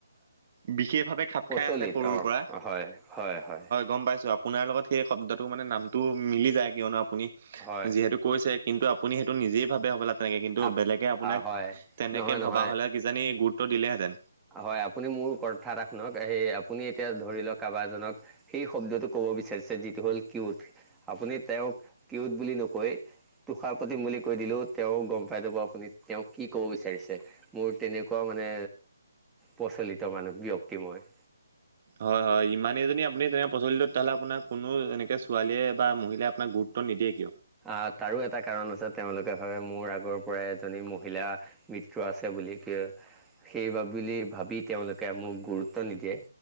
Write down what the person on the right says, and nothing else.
বিশেষভাৱে খাপ খাই
আছে সৰুৰ
পৰা।
গম পাইছোঁ আপোনাৰ লগত সেই শব্দটো মানে নামটো মিলি যায় কিয়নো আপুনি
যিহেতু কৈছে কিন্তু আপুনি সেইটো নিজেই ভাবে হ'বলা তেনেকে কিন্তু
বেলেগে আপোনাক
তেনেকে
ভবা হ'লে কিজানি গুট দিলেহেঁতেন।
হয়, হয় ইমানেই যদি আপুনি তেনে প্ৰচলিত তেতিয়াহ'লে আপোনাক কোনো এনেকে ছোৱালীয়ে বা মহিলাক আপোনাক গুৰুত্ব নিদিয়ে কিয়?